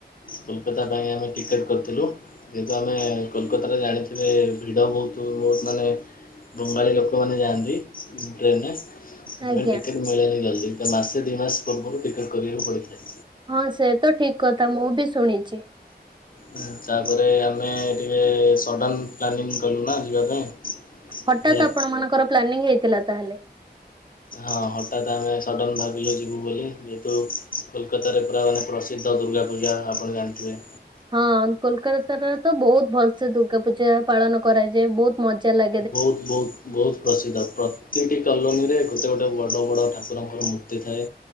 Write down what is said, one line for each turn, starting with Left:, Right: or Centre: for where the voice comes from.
Left: କୋଲକତା ପାଇଁ ଆମେ ଟିକେଟ କରିଥିଲୁ ଯେହେତୁ ଆମେ କୋଲକତାରେ ଜାଣିଥିବେ ଭିଡ଼ ବହୁତୁ ବହୁତୁ ମାନେ ବଙ୍ଗାଳୀ ଲୋକମାନେ ଯାଆନ୍ତି ଟ୍ରେନ୍ ରେ ସେଥିପାଇଁ
Right: ଆଜ୍ଞା
Left: ଟିକେ ମିଳେନି ଜଲ୍ଦି ତ ମାସେ ଦି ମାସ ପୂର୍ବରୁ ଟିକେଟ କରିବାକୁ ପଡିଥାଏ।
Right: ହଁ ସେ ତ ଠିକ୍ କଥା ମୁଁ ବି ଶୁଣିଚି।
Left: ହୁଁ ତାପରେ ଆମେ ଟିକେ ସଡ଼ନ ପ୍ଲାନିଂ କଲୁ ନା ଯିବା ପାଇଁ।
Right: ହଠାତ୍
Left: ହେଲେ
Right: ଆପଣ ମାନଙ୍କର ପ୍ଲାନିଂ ହେଇଥିଲା ତାହେଲେ।
Left: ହଁ ହଠାତ୍ ଆମେ ସଡ଼ନ ଭାବିଲୁ ଯିବୁ ବୋଲି ଯେହେତୁ କୋଲକତାରେ ପୁରା ମାନେ ପ୍ରସିଦ୍ଧ ଦୁର୍ଗା ପୂଜା ଆପଣ ଜାଣିଥିବେ।
Right: ହଁ କୋଲକାତାରେ ତ ବହୁତ୍ ଭଲସେ ଦୁର୍ଗା ପୂଜା ପାଳନ କରାଯାଏ। ବହୁତ ମଜା ଲା
Left: ବହୁତ୍ ବହୁତ୍। ବହୁତ୍ ପ୍ରସିଦ୍ଧ ପ୍ରତିଟି କଲୋନୀରେ ଗୋଟେ ଗୋଟେ ବଡ଼ ବଡ଼ ଠାକୁରଙ୍କର ମୂର୍ତ୍ତି ଥାଏ।